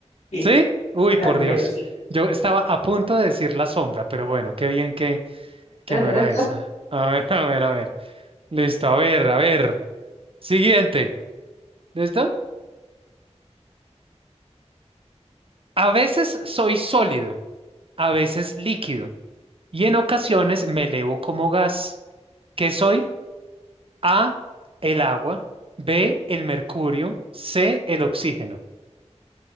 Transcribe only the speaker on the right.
¿Sí? Uy, por
Dios.
Yo estaba a punto de decir la sombra, pero bueno, qué bien que, que
no era esa. A ver, <laughs> a ver, a ver. Listo, a ver, a ver. Siguiente. ¿Listo? A veces soy sólido. a veces líquido y en ocasiones me elevo como gas. ¿Qué soy? A, el agua, B, el mercurio, C, el oxígeno.